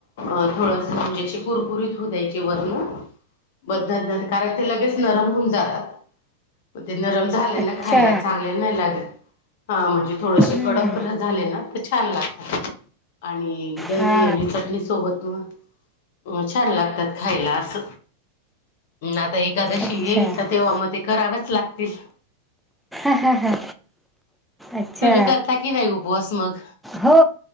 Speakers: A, on the left; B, in the centre.
A: अ थोडस म्हणजे कुरकुरीत होवू द्यायचे वरण. कारण काय ते लगेच नरम होऊन जातात. ते नरम झाले
B: अच्छा
A: ना खायला चांगले नाही लागत. ह म्हणजे, थोडसे
B: हम्म,
A: कडक झाले ना तर छान लागत. आणि दही
B: हा
A: आणि चटणी सोबत हम छान लागतात खायला अस. आता एकादशी
B: अच्छा
A: येईल
B: हा,
A: तर तेव्हा मग ते करावेच लागतील.
B: हा, हा, अच्छा
A: तुम्ही करता कि नाही उपवास मग?
B: हो.